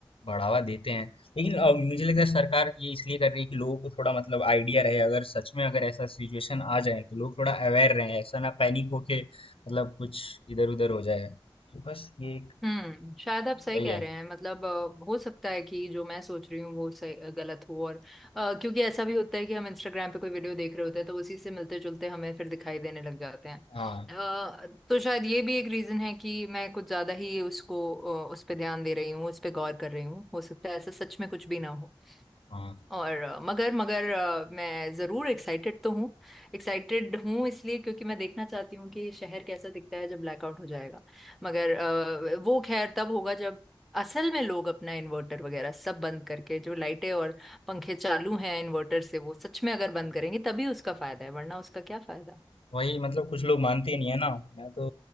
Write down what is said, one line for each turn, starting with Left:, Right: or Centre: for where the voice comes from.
Left: बढ़ावा देते हैं लेकिन अ, मुझे लगता
Centre: हम्म
Left: है सरकार ये इसलिए कर रही है कि लोगों को थोड़ा मतलब आइडिया रहे अगर सच में अगर ऐसा सिचुएशन आ जाए तो लोग थोड़ा अवेयर रहे ऐसा ना पैनिक होके मतलब कुछ इधर उधर हो जाए तो बस ये एक
Centre: हम्म शायद आप सही
Left: वही
Centre: कह
Left: है
Centre: रहे हैं मतलब अ, हो सकता है कि जो मैं सोच रही हूँ वो सही गलत हो और अ, क्योंकि ऐसा भी होता है कि हम इंस्टाग्राम पे कोई वीडियो देख रहे होते हैं तो उसी से मिलते जुलते हमें फिर दिखाई देने लग जाते हैं
Left: हाँ
Centre: अ, तो शायद ये भी एक रीजन है कि मैं कुछ ज्यादा ही उसको अ, उस पर ध्यान दे रही हूँ उस पर गौर कर रही हूँ हो सकता है ऐसा सच में कुछ भी ना हो
Left: हाँ
Centre: और अ, मगर मगर अ, मैं ज़रूर एक्साइटेड तो हूँ एक्साइटेड हूँ इसलिए क्योंकि मैं देखना चाहती हूँ कि शहर कैसा दिखता है जब ब्लैकआउट हो जाएगा मगर अ, वो खैर तब होगा जब असल में लोग अपना इन्वर्टर वगैरह सब बंद करके जो लाइटें और पंखे चालू हैं इन्वर्टर से वो सच में अगर बंद करेंगे तभी उसका फायदा है वरना उसका क्या फायदा
Left: वही मतलब कुछ लोग मानते ही नहीं है ना मैं तो